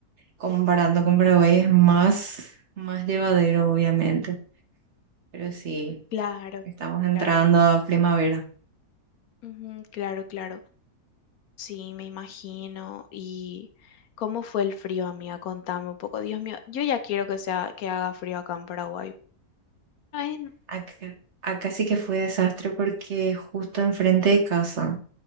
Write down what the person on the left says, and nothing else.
Claro,
claro.
Ujú, claro, claro. Sí, me imagino. ¿Y cómo fue el frío, amiga? Contame un poco. Dios mío, yo ya quiero que sea que haga frío acá en Paraguay. Ay, no.